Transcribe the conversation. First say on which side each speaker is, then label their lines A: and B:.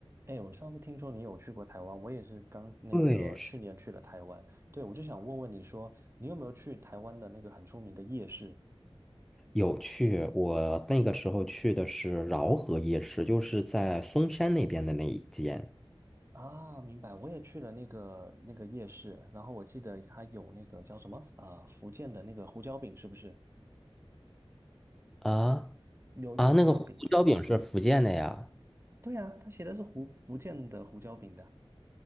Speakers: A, on the right; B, in the centre.
A: 哎，我上次听说你有去过台湾，我也是刚那个去年去了台湾。
B: 对，是
A: 对，我就想问问你说，你有没有去台湾的那个很出名的夜市
B: 有去。我那个时候去的是饶河夜市，就是在嵩山那边的那一间。
A: 啊？明白，我也去了那个那个夜市，然后我记得它有那个叫什么啊、呃福建的那个胡椒饼是不是？
B: 啊
A: 有一个胡椒饼，
B: 啊，那个胡椒饼是福建的呀。
A: 对啊，它写的是福福建的胡椒饼的